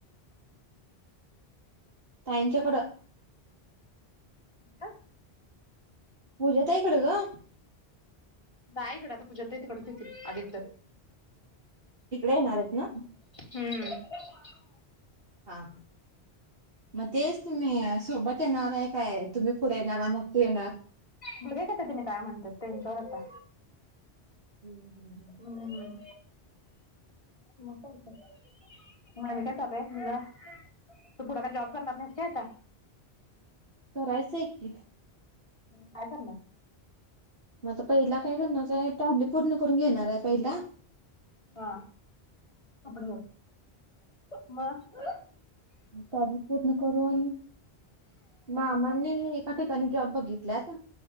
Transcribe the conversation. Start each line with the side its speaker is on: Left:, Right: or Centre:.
Right: ताईच्याकडं
Left: ह
Right: पूज्या ताई कडं ग.
Left: नाही ईकडं आता पूजा ताई तिकडचं एतील,, आलीत तर
Right: तिकडे येणार आहेत ना.
Left: हम्म इकडे थांब ना
Right: हा. मग तेच तुम्ही सोबत येणार आहे काय, तुम्ही पुढे येणार मग ते येणार.
Left: बघुया की आता तेंही काय म्हणतात, त्यांच्यावर आता.
Right: हम्म हम्म हम्म.
Left: हमम मग काय होतंय, मग आणि काय चालू आहे तुझं? तू पुढं काय जॉब करणार नाहीस काय आता.
Right: करायचंय की.
Left: मग काय करणार?
Right: मआता पहिला काय करणारच आहे, <inaudible> आधी पूर्ण करून घेणार आहे पहिला,
Left: हा कपडे <inaudible>
Right: <inaudible> आधी पूर्ण करून मामानी एका ठिकाणी जॉब बघितल्यात,